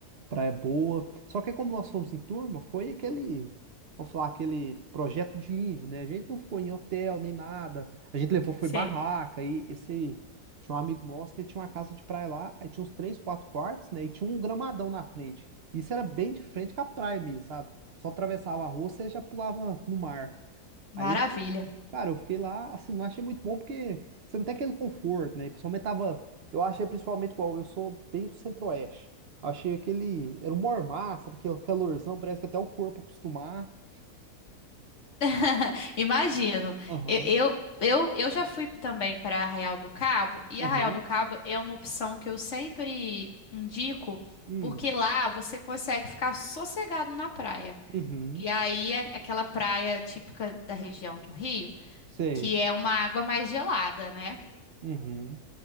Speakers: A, on the right; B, on the left.
A: praia boa. Só que como nós fomos em turma, foi aquele, vamos falar, aquele projeto de índio, né? A gente não ficou em hotel nem nada. A gente levou, foi
B: sei.
A: barraca. E esse, tinha um amigo nosso que ele tinha uma casa de praia lá, aí tinha uns três, quatro quartos, né? E tinha um gramadão na frente. Isso era bem de frente com a praia mesmo, sabe? Só atravessava a rua, você já pulava no mar.
B: Maravilha.
A: Aí eu, Cara, eu fiquei lá, assim, não achei muito bom porque você não tem aquele conforto, né? Principalmente tava. Eu achei principalmente igual, eu sou bem do centro-oeste. Achei aquele. Era um mormaço, sabe? Aquele calorzão, parece que até o corpo acostumar.
B: <laughs> Imagino.
A: Aham,
B: Eu, eu, eu, eu já fui também para Arraial do Cabo, e
A: aham.
B: Arraial do Cabo é uma opção que eu sempre indico,
A: Hum,
B: porque lá você consegue ficar sossegado na praia.
A: uhum,
B: E aí é aquela praia típica da região do Rio,
A: sei.
B: que é uma água mais gelada, né?
A: Uhum.